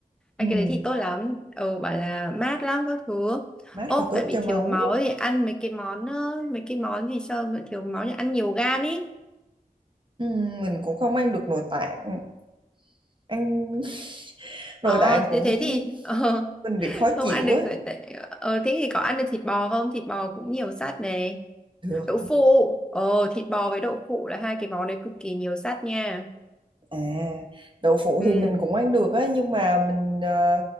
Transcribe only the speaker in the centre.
ăn
cái đấy thì tốt lắm ừ bảo là mát lắm các thứ
ốp
tại bị
thiếu máu thì ăn mấy cái món ờ, mấy cái món gì cho bị thiếu máu thì ăn nhiều gan ý
ờ
thế thế thì ờ,
<laughs>
không
ăn được
tại tại- ờ, thế thì có ăn được thịt bò không thịt bò cũng nhiều sắt này
đậu
phụ ờ thịt bò với đậu phụ là hai cái món đấy cực kỳ nhiều sắt nha
ừ